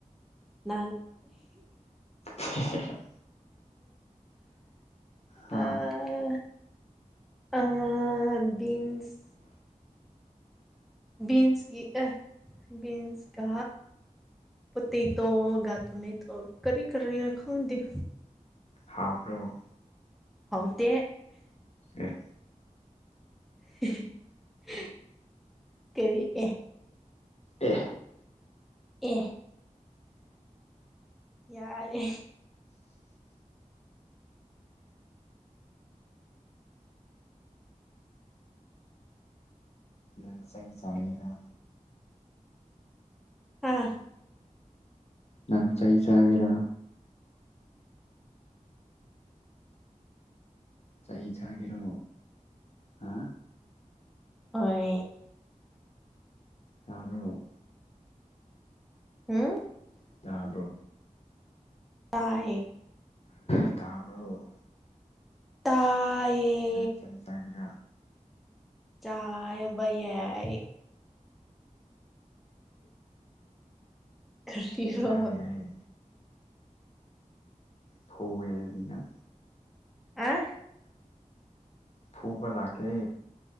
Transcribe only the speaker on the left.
<unintelligible> ꯍꯥꯥ
ꯍꯥꯎꯕ‍꯭ꯔꯣ
ꯑꯦ
ꯑꯦ
ꯅꯪ ꯆꯩ ꯆꯥꯒꯦꯔꯥ
ꯅꯪ ꯆꯩ ꯆꯒꯦꯔꯥ ꯆꯩ ꯆꯥꯒꯦꯔꯣ ꯍꯥ
ꯇꯥꯕ꯭ꯔꯣ
ꯇꯥꯕ꯭ꯔꯣ
ꯇꯥꯕꯔꫭ
ꯅꯪ ꯆꯩ ꯆꯥꯒꯦꯔꯥ
ꯆꯥꯕ ꯌꯥꯏꯌꯦ ꯐꯨꯒ‌ꯦ ꯑꯗꯨꯗꯤ ꯅꯪ
ꯐꯨꯕ ꯂꯥꯛꯀꯦ